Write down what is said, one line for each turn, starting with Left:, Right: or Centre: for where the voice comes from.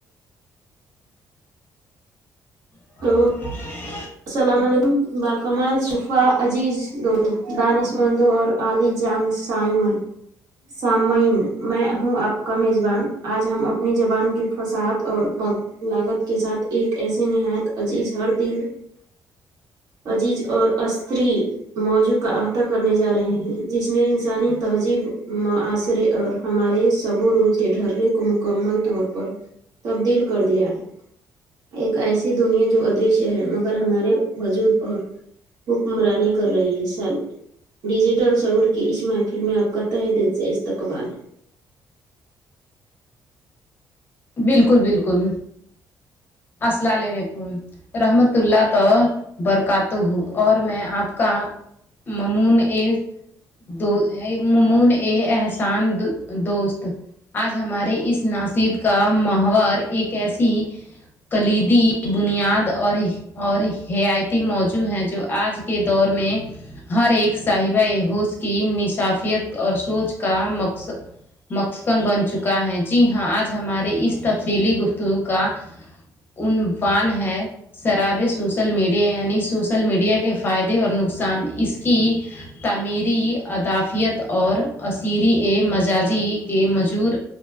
Right: ہلو
Left: ہ <unintelligible>
Right: السلام علیکم ب کمال صفا عزیز دوست دانش مندو اور <unintelligible> علی جان سائمن سامعین میں ہوں آپ کا میزبان آج ہم اپنی زبان کی فساعت اور لاگت کے ساتھ ایک ایسے نہایت عزیز ہر دل عزیز اور استری موضوع کا احاطہ کرنے جا رہے ہیں جس نے انسانی تہذیب معاصرے اور ہمارے سب روز کے ڈھرے کو مکمل طور پر تبدیل کر دیا ہے ایک ایسی دنیا جو ادریشہ ہے مگر ہمارے وجود اور حکمرانی کر رہی ہے س <unintelligible> ڈیجیٹل سعور کی اس محفل میں آپ کا تہ دل سے استقبال ہے
Left: بالکل بالکل السلام علیکم رحمت اللہ تو برکات تو ہوں اور میں آپ کا ممون ایک دو ممن یہ احسان دو دوست آج ہمارے اس ناسد کا محور ایک ایسی کلیدی کی بنیاد اور اور حیاایتی موجع ہیں جو آج کے دور میں ہر ایک صاحبہ ہووش کی نصافیت اور سوچ کا مقص مخصن بن چکا ہے جی ہاں آج ہمارے اس تفصیلی گفتگو کا عنفان ہے <unintelligible> شرابے سوسل میڈیا یعنی سوسل میڈیا کے فائدے اور نقصان اس کی تعمیری ادافیت اور اسثری ا مجاجی کے مجور